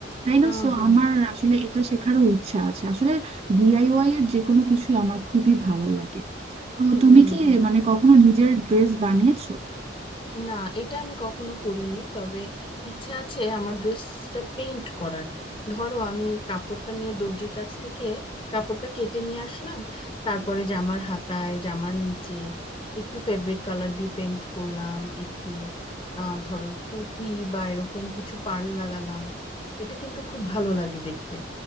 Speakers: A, on the right; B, on the left.
A: তাই
B: হুম
A: না সো
B: হুম
A: আমার আসলে এটা শেখারও ইচ্ছা আছে আসলে ডিআইওয়াই এর যে কোনো কিছুই আমার খুবই ভালো লাগে তো
B: হুম
A: তুমি
B: হুম
A: কি
B: হুম
A: মানে কখনো নিজের ড্রেস বানিয়েছো
B: না এটা আমি কখনো করিনি তবে ইচ্ছা আছে আমার ড্রেসটা পেইন্ট করার ধরো আমি কাপড়টা নিয়ে দর্জির কাছ থেকে কাপড়টা কেটে নিয়ে আসলাম তারপরে জামার হাতায় জামার নিচে একটু ফেব্রিক কালার দিয়ে পেইন্ট করলাম একটু আহ ধরো পুঁতি বা এরকম কিছু পাড় লাগালাম এটা কিন্তু খুব ভালো লাগে দেখতে